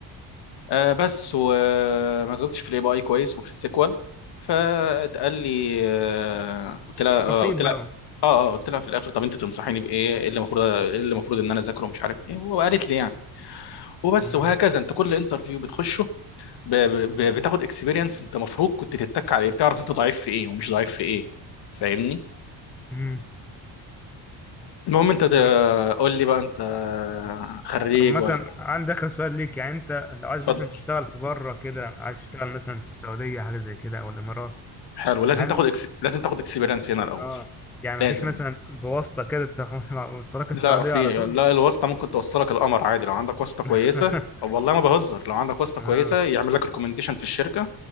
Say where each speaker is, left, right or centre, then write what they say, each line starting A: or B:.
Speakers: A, on the left (about 60°); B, in the centre.
A: آه بس وما جاوبتش في الاي بي اي كويس وفي السيكوال فاتقال لي آه قلت لها آه
B: نصيب
A: قلت لها
B: بقى
A: اه اه قلت لها في الاخر طب انت تنصحيني بايه ايه اللي المفروض ايه اللي المفروض ان انا اذاكره ومش عارف ايه وقالت لي يعني وبس
B: مم.
A: وهكذا انت كل انترفيو بتخشه ب... ب... بتاخد اكسبيرينس انت المفروض كنت تتك على ايه بتعرف انت ضعيف في ايه ومش ضعيف في ايه فاهمني
B: مم.
A: المهم انت ده-
B: طب
A: قول لي بقى انت خريج
B: طب مثلا
A: ولا
B: عندي اخر سؤال ليك يعني انت لو عايز
A: اتفضل
B: مثلا تشتغل في بره كده عايز تشتغل مثلا في السعوديه حاجه زي كده او الامارات
A: حلو لازم
B: هل
A: تاخد اكس... لازم تاخد اكسبيرينس هنا الاول
B: اه يعني
A: لازم
B: مفيش مثلا بواسطه كده تروح <laughs> مع- وصلك السعوديه
A: لا في
B: على طول
A: لا الواسطة ممكن توصلك القمر عادي لو عندك واسطة كويسة
B: <laughs>
A: والله ما بهزر لو عندك واسطة
B: اه
A: كويسة يعمل لك ريكومنديشن في الشركة